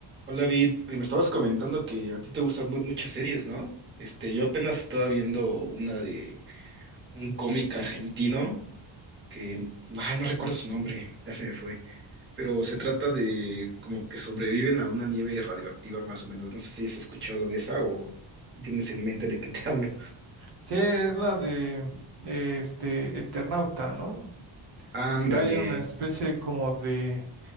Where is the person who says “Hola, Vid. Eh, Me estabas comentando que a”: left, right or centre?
Right